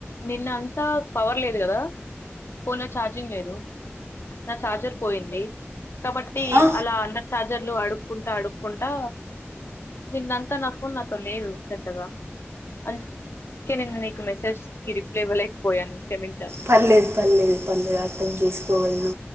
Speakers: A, on the left; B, on the right.
A: నిన్న అంతా పవర్ లేదు గద ఫోన్ల ఛార్జింగ్ లేదు నా ఛార్జర్ పోయింది. కాబట్టి
B: ఆ,
A: అలా అందర్ ఛార్జర్లు అడుక్కుంటా, అడుక్కుంటా నిన్నంతా నా ఫోన్ నాతో లేదు పెద్దగా అం కే నిన్న నీకు మెసేజ్కి రిప్లై ఇవ్వలేకపోయాను క్షేమిం
B: పర్లేదు పర్లేదు పర్లేదు అర్థం చేసుకోగలను